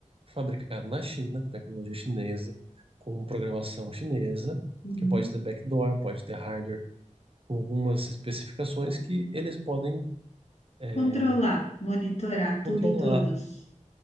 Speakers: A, on the right; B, on the left.
A: fabricado na China, com tecnologia chinesa, com programação chinesa,
B: uhum.
A: que pode ter backdoor, pode ter hardware, com algumas especificações que eles podem é,
B: Controlar, monitorar
A: controlar
B: tudo e todos.